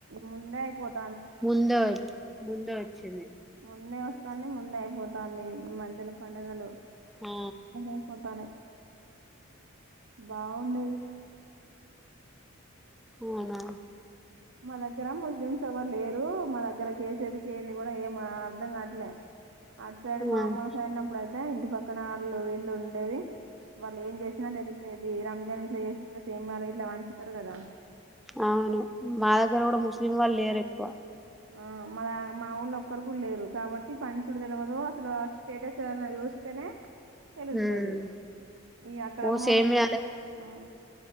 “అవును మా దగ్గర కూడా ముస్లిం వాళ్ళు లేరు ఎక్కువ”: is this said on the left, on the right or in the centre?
Centre